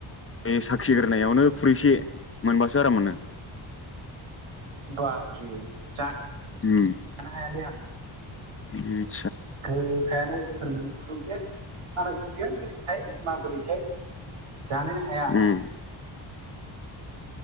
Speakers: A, on the left; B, on the right.
A: बे साखिगोरनायावनो खुरैसे मोनबासो आराम मोनो।
B: बाबरे जा जानो
A: उम
B: हायालै आं।
A: <unintelligible>
B: गोखायानो अयथासार मोनो खुगायानो आंना खुगायानो बोरैथाय माबोरैथाय। जानोनो हाया।
A: उम